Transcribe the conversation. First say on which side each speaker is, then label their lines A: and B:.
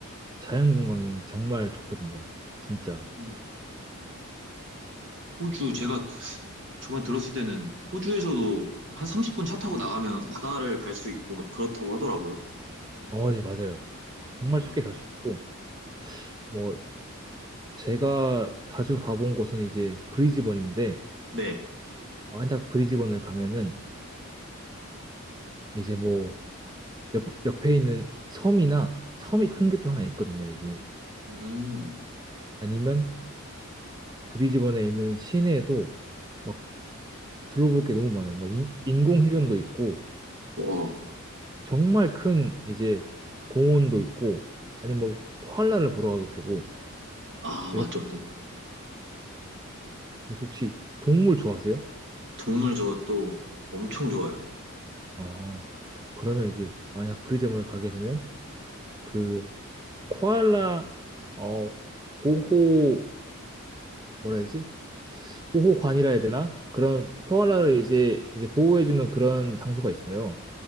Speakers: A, on the right; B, on the right.
A: 자연관광이 정말 좋거든요. 진짜.
B: 음, 호주, 제가 저번에 들었을 때는 호주에서도 한 30분 차 타고 나가면 바다를 갈 수 있고 막 그렇다고 하더라고요.
A: 어, 네, 맞아요. 정말
B: 맞나요?
A: 쉽게 갈 수 있고, 뭐, 제가 자주 가본 곳은 이제 브리즈번인데,
B: 네.
A: 만약 브리즈번을 가면은 이제 뭐, 옆, 옆에 있는 섬이나 섬이 큰 게 또 하나 있거든요, 여기.
B: 음,
A: 아니면 브리즈번에 있는 시내에도 막 둘러볼 게 너무 많아요. 막 인, 인공 해변도 있고,
B: 어,
A: 정말 큰 이제 공원도 있고, 아니면 뭐, 코알라를 보러 가도 되고,
B: 아,
A: 이렇게
B: 맞죠, 맞죠.
A: 그래서 혹시 동물 좋아하세요?
B: 동물 저 또 엄청 좋아요.
A: 어, 그러면 이제 만약 브리점을 가게 되면 그 코알라 어 보호 뭐라 해야지? 보호관이라 해야 되나? 그런 코알라를 이제 이제 보호해주는 그런 장소가 있어요.